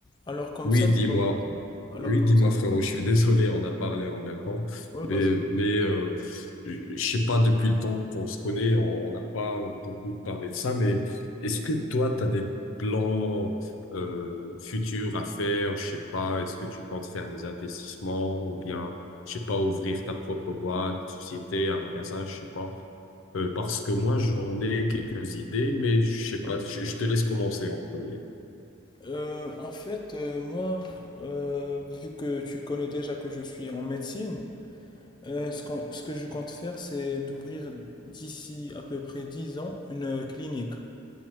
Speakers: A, on the left; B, on the left.
A: Alors comme
B: Oui,
A: ça,
B: dis-moi.
A: tu vas... Alors
B: Oui,
A: comme
B: dis-moi,
A: ça,
B: frérot,
A: quand tu...
B: je suis désolé, on a parlé en même
A: Ouais,
B: temps.
A: Ouais, vas-y.
B: Mais, mais euh, je sais pas, depuis le temps qu'on se connaît, on on n'a pas beaucoup parlé de ça, mais est-ce que toi, tu as des plans euh, futurs à faire? Je sais pas, est-ce que tu comptes faire des investissements ou bien, je sais pas, ouvrir ta propre boîte, société, un magasin, je sais pas. Euh, parce que moi, j'en ai quelques idées, mais je sais pas,
A: Ouais.
B: je je te laisse commencer en premier.
A: Euh, en fait, euh, moi, euh, vu que tu connais déjà que je suis en médecine, euh, ce qu'on- ce que je compte faire, c'est d'ouvrir d'ici à peu près 10 ans une euh, clinique.